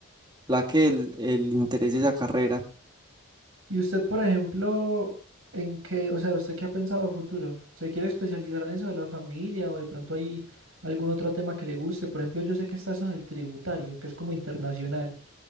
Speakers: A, on the right; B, on the right.
A: la que el, el interés de esa carrera.
B: Y usted, por ejemplo, ¿en qué, o sea, usted qué ha pensado a futuro? ¿Se quiere especializar en eso de la familia o de pronto hay algún otro tema que le guste? Por ejemplo, yo sé que está eso del tributario, que es como internacional.